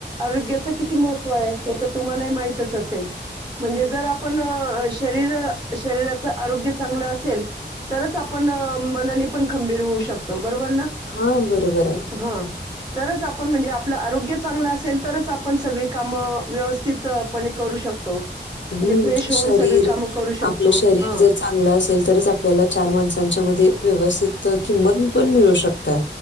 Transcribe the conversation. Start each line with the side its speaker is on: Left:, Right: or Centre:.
Right: आरोग्याचं किती महत्त्व आहे हे तर तुम्हालाही माहीतच असेल म्हणजे जर आपण अ शरीर शरीराच आरोग्य चांगलं असेल तरच आपण अ मनाने पण खंबीर होऊ शकतो बरोबर ना
Left: हा बरोबर आहे
Right: हा तरच आपण म्हणजे आपलं आरोग्य चांगलं असेल तरच आपण सगळी कामं अ व्यवस्थित पणे करू शक म्हणजे
Left: हं,
Right: फ्रेश होऊन
Left: शरीर
Right: सगळी काम करू शकतो
Left: आपलं शरीर
Right: हा
Left: जर चांगलं असेल तरच आपल्याला चार माणसांच्या मध्ये व्यवस्थित किंमत पण मिळू शकते